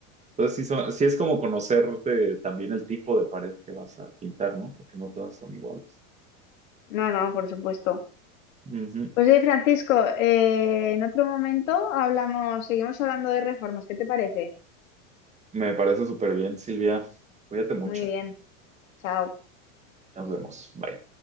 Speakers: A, on the right; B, on the left.
A: Entonces, sí, son- sí es como conocer de- también el tipo de pared que vas a pintar, ¿no? Porque no todas son iguales.
B: No, no, por supuesto.
A: Ujú.
B: Pues oye, Francisco, eh, en otro momento hablamos, seguimos hablando de reformas. ¿Qué te parece?
A: Me parece súper bien, Silvia. Cuídate mucho.
B: Muy bien. Chao.
A: Nos vemos. Bye.